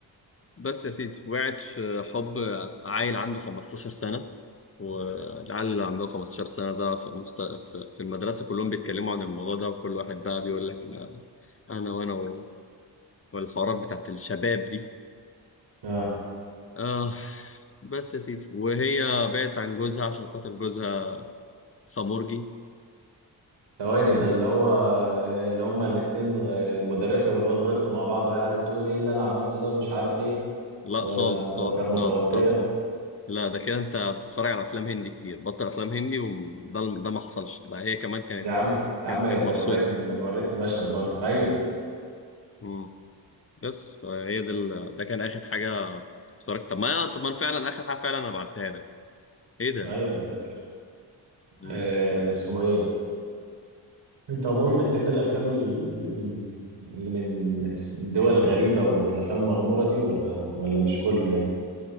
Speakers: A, on the left; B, on the right.
A: بس يا سيدي وقعت في حب عيل عنده 15 سنة والعيال اللي عندهم 15 سنة ده في, مست... في في المدرسة كلهم بيتكلموا عن الموضوع ده وكل واحد بقى بيقول لك أنا أنا وأنا و... والحوارات بتاعت الشباب دي
B: آه.
A: آه بس يا سيدي وهي بعدت عن جوزها عشان خاطر جوزها خمرجي
B: ثواني ده
A: مم.
B: اللي هو اللي هما الاتنين المدرسة والواد غلطوا مع بعض وهي قعدت تقول ايه اللي انا عملته ده ومش عارف ايه
A: لا
B: وانا
A: خالص
B: هو
A: خالص
B: كانت متوترة
A: خالص خالص مم. لا ده كده انت بتتفرج على افلام هندي كتير بطل افلام هندي وده ده ما حصلش ده هي كمان كانت
B: يا عم يا
A: كانت
B: عم انت
A: كانت مبسوطه
B: وريتني وريتني مشهد مرة ايوه
A: امم بس هي دي ال... ده كان اخر حاجه اتفرجت طب ما طب ما انا فعلا اخر حاجه فعلا انا بعتها لك ايه ده
B: ايوه انا فاكر
A: امم
B: آه اسمه ايه انت عموما بتحب الافلام ال- اللي من دول غريبة والافلام المغمورة دي ولا ولا مش كله يعني